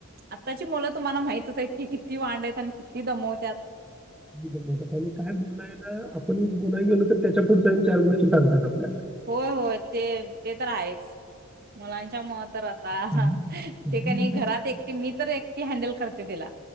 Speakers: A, on the right; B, in the centre.
A: आत्ताची मुलं तुम्हाला माहितच आहेत की किती वाांड आहेत आणि किती दमवत.
B: जमतात आणि काय बोलय आपण बोलाय गेलो तर त्याच्या पुढच्या पण चार गोष्टी सांगतात. आपल्याला
A: होय होय ते ते तर आहेच मुलांच्या मुळ तर आता
B: हं. अगदी
A: ते काय
B: मुलं-
A: नाही घरात एकटी मी एकटी ती हँडल करते तिला